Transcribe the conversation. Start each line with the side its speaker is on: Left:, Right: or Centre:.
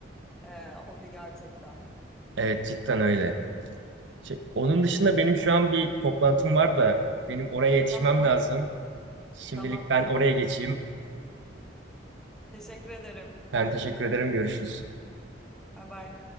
Centre: e, hobi gerçekten.
Right: evet cidden öyle. Şey, onun dışında benim şu an bir toplantım var da benim oraya yetişmem
Centre: Tamam,
Right: lazım. Şimdilik
Centre: tamam.
Right: ben oraya geçeyim.
Centre: Teşekkür ederim.
Right: Ben teşekkür ederim. Görüşürüz.
Centre: Bay bay.